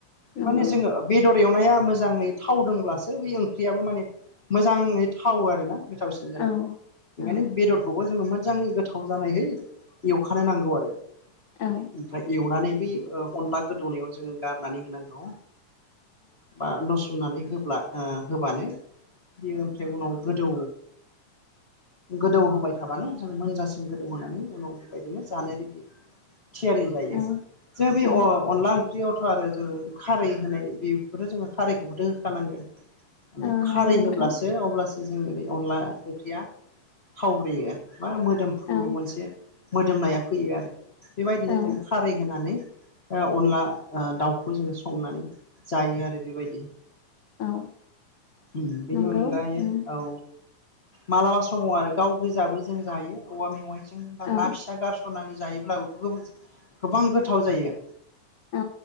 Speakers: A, on the left; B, on the left.
A: नंगौ
B: माने जोङो बेदर एवनाया मोजाङै थावदोंब्लासो बै ओंख्रियाबो माने मोजाङै थावो आरो ना गोथावसिन जायो
A: औ
B: बेखायनो
A: औ
B: बेदरखौ जों मोजाङै गोथाव जानायै एवखानो नांगौ आरो
A: औ
B: ओमफाय एवनानै बै ओ अनला गोदौनायाव जोंङो गारनानै होनांगौ बा नसु थुमनानै होब्ला ओ होबानो बेयो ओमफ्राय उनाव गोदौ गोदौ होबाय थाबानो जों मोनजासिम गोदौ होनानै उनाव बेबायदिनो जानो रेडि थियारि जायो।
A: औ
B: जोंङो बि
A: औ
B: अ अनला ओंख्रियावथ' आरो जोङो खारै होनाय बेखौथ' जोङो खारैखौबोथ' होखानांगोन माने
A: नंगौ
B: खारै
A: नोंथां
B: होब्लासो अब्लासो जोङो बे अनला ओंख्रिया थावब्रेयो बा मोदोमफ्रु
A: औ
B: मोनसे मोदोमनाया फैयो आरो बेबायदिनो
A: औ
B: जोङो खारै होनानै ओ अनला ओ दाउखौ जोङो संनानै जायो आरो बेबायदि।
A: औ
B: उम बिनि
A: नंगौ
B: अनगायै
A: उम
B: औ मालाबा समाव आरो गाव गोजाबो जों जायो औवा मेवाइजों बा
A: औ
B: ना फिसा गारसन नानै जायोब्लाबो गोबां गोथाव जायो
A: औ